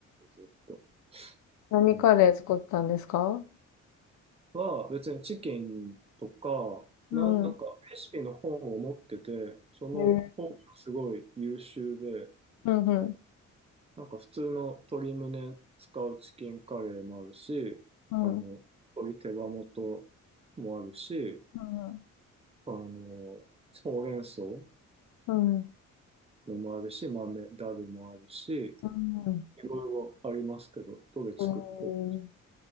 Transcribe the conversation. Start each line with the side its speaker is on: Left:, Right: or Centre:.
Right: て、ずっと。
Left: 何カレー作ったんですか
Right: うん、は、別にチキンとか、
Left: うん。
Right: な、なんかレシピの本を持ってて、その本がすごい優秀で、
Left: えーうんうん。
Right: なんか普通の鶏胸使うチキンカレーもあるし、
Left: うん。
Right: あの、鶏手羽元もあるし、
Left: うん
Right: あの、ほうれん草の
Left: うん。うん。
Right: もあるし、豆、ダルもあるし、
Left: うん。
Right: いろいろありますけど、どれ作っても、
Left: うん。